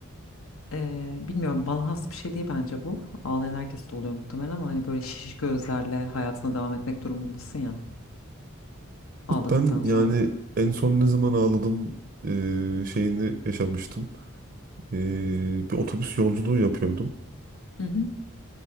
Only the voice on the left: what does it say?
e, bilmiyorum bana has bir şey değil bence bu ağlayan herkes de oluyor muhtemelen ama hani böyle şiş gözlerle hayatına devam etmek durumundasın ya ağladıktan
sonra.
Hı hı,